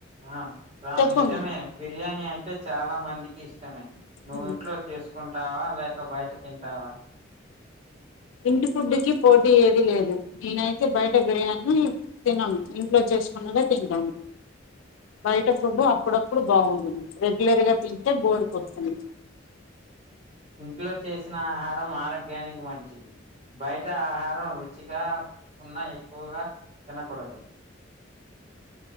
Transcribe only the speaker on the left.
చెప్పండి
ఉమ్,
ఇంటి ఫుడ్ కి పోటీ ఏది లేదు నేనైతే బయట బిర్యానీ తిినను ఇంట్లో చెస్ చేసుకున్నదే తింటాము బయట ఫుడ్
అప్పుడప్పుడు బాగుంటంది రెగ్యులర్ గా తింటే బోర్ కొడుతుంది